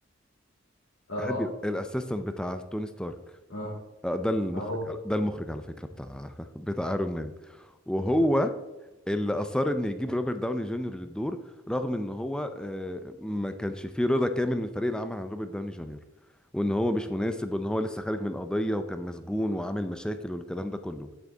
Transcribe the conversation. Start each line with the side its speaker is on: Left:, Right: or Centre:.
Left: اه
Centre: هابي الاسيستنت بتاع توني ستارك
Left: اه
Centre: آه، ده المخرج
Left: اهو
Centre: على... ده المخرج على فكره بتاع <laughs> بتاع ايرون مان وهو اللي اصر ان يجيب روبرت داوني جونيور للدور رغم ان هو آه، ما كانش فيه رضا كامل من فريق العمل عن روبرت داوني جونيور وان هو مش مناسب وان هو لسه خارج من قضيه وكان مسجون وعامل مشاكل والكلام ده كله